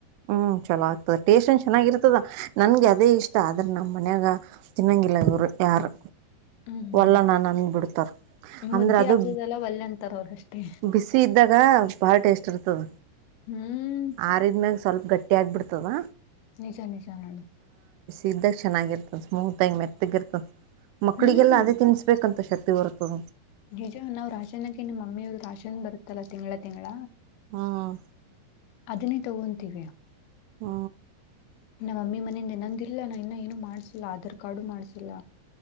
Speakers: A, on the right; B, on the left.
A: ಹ್ಮೂ ಚುಲೋ ಆಗ್ತದ ಟೇಷ್ಟೇನ್ ಚೆನ್ನಾಗಿರ್ತದ. ನನ್ಗ್ ಅದೇ ಇಷ್ಟ ಆದರ ನಮ್ಮನ್ಯಾಗ ತಿನ್ನಂಗಿಲ್ಲ ಇವ್ರು ಯಾರು.
B: ಹ್ಮ್
A: ಒಲ್ಲ ನಾನ್ ಅಂದ್ ಬಿಡ್ತಾರ
B: ಮುದ್ದಿ
A: ಅಂದ್ರ ಅದು
B: ಆಗುದಲ್ಲ ಒಲ್ಲೆ ಅಂತಾರ ಅವ್ರ ಅಷ್ಟೇ
A: ಬಿಸಿ ಇದ್ದಾಗ ಭಾಳ ಟೇಸ್ಟ್ ಇರ್ತದ
B: ಹ್ಮ್
A: ಆರಿದ್ಮ್ಯಾಗ್ ಸ್ವಲ್ಪ್ ಗಟ್ಟಿ ಆಗ್ಬಿಡ್ತದ.
B: ನಿಜಾ ನಿಜಾ ನೋಡು.
A: ಇದ್ದಾಗ್ ಚೆನ್ನಾಗಿರ್ತದ್ ಸ್ಮೂತ್ ಆಗಿ ಮೆತ್ತಗಿರ್ತದ. ಮಕ್ಕಳಿಗೆಲ್ಲ
B: ಹ್ಮ್
A: ಅದೇ ತಿನ್ಸ್ಬೇಕಂತ ಶಕ್ ಕ್ತಿ ಬರ್ತದ.
B: ನಿಜ ನಾವ್ ರಾಶನಕ್ಕಿ ನಿಮ್ ಮಮ್ಮಿಯವ್ರ ರಾಶನ್ ಬರುತ್ತಲ್ಲಾ ತಿಂಗ್ಳ ತಿಂಗ್ಳ
A: ಹ್ಮ್
B: ಅದನ್ನೇ ತಗೊ ತೀವಿ.
A: ಹ್ಮೂ.
B: ನಮ್ ಮಮ್ಮಿ ಮನೆಯಿಂದ್ ಇನ್ನೊಂದ್ ಇಲ್ಲ ನಾ ಇನ್ನ ಏನೂ ಮಾಡ್ಸಿಲ್ಲ. ಆಧಾರ್ ಕಾರ್ಡೂ ಮಾಡ್ಸಿಲ್ಲ